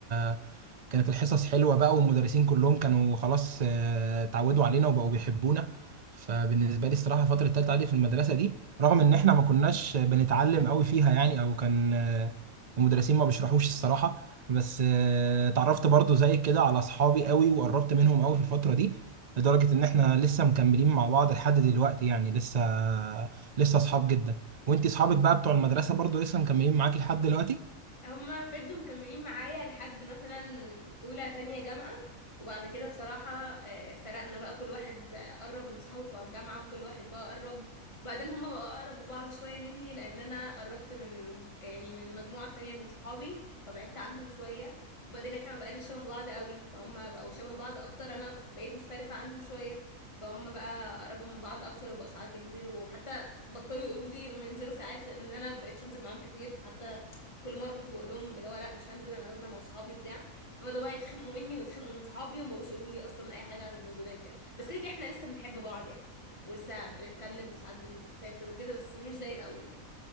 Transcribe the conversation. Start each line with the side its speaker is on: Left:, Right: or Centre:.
Right: آه، كانت الحصص حلوه بقى والمدرسين كلهم كانوا خلاص آه، اتعودوا علينا وبقوا بيحبونا فبالنسبه لي الصراحه فتره تالتة اعدادي في المدرسه دي رغم ان احنا ما كناش بنتعلم قوي فيها يعني او كان آه، المدرسين ما بيشرحوش الصراحه بس آه، اتعرفت برضو زي كده على اصحابي قوي وقربت منهم قوي في الفتره دي لدرجه ان احنا لسه مكملين مع بعض لحد دلوقتي يعني لسه لسه اصحاب جدا وانت اصحابك بقى بتوع المدرسه برضو لسه مكملين معاكي لحد دلوقتي
Left: هما فضلوا مكملين معايا لحد مثلا اولى تانية جامعة وبعد كده بصراحة آه، افترقنا بقى كل واحد آه، قرب من صحابه بتوع الجامعة وكل واحد بقى قرب وبعدين هما بقى اقرب لبعض شوية مني لان انا قربت من يعني من مجموعة تانية من صحابي فبعدت عنهم شوية وبعدين احنا ما بقيناش شبه بعض قوي فهم بقوا شبه بعض اكتر انا بقيت مختلفة عنهم شوية فهم بقى قربوا من بعض اكتر وبقوا ساعات بينزلوا وحتى بطلوا يقولوا لي لما ينزلوا ساعات لان انا مبقتش انزل معاهم كتير حتى كل مره كنت بقول لهم اللي هو لا مش هنزل انا نازله مع صحابي بتاع فبداوا بقى يتخانقوا مني ويتخانقوا من صحابي وما بقوش يقولوا لي اصلا اي حاجه عن النزولات يعني بس كده كده احنا لسه بنحب بعض يعني ولسه بنتكلم وساعات بنسافر وكده بس مش زي الاول يعني